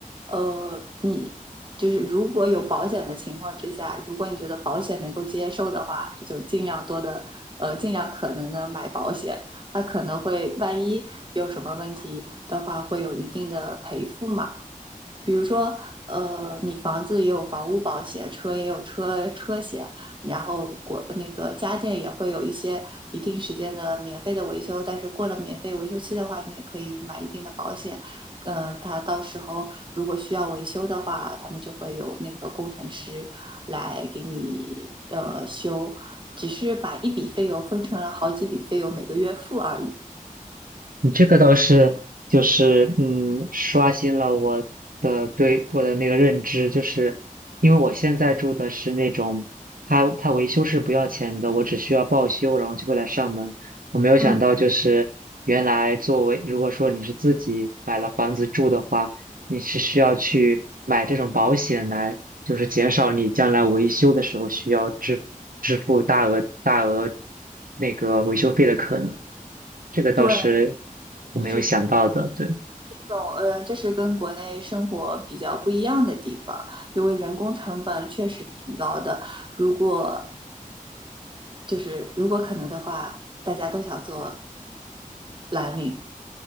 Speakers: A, on the right (about 35°); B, on the right (about 80°).
A: 呃，你就是如果有保险的情况之下，如果你觉得保险能够接受的话，就尽量多的，呃，尽量可能的买保险。它可能会万一有什么问题的话，会有一定的赔付嘛。比如说，呃，你房子也有房屋保险，车也有车车险，然后国那个家电也会有一些一定时间的免费的维修，但是过了免费维修期的话，你也可以买一定的保险。呃，他到时候如果需要维修的话，他们就会有那个工程师来给你呃修，只是把一笔费用分成了好几笔费用，每个月付而已。
B: 你这个倒是就是嗯，刷新了我的对我的那个认知，就是因为我现在住的是那种，它它维修是不要钱的，我只需要报修，然后就会来上门。我没有想到，
A: 嗯，
B: 就是原来作为如果说你是自己买了房子住的话，你是需要去买这种保险来。就是减少你将来维修的时候需要支支付大额大额那个维修费的可能。这个倒是
A: 对，
B: 我没有想到的，
A: 就是。
B: 对。
A: 种，呃，这是跟国内生活比较不一样的地方，因为人工成本确实挺高的。如果就是如果可能的话，大家都想做蓝领，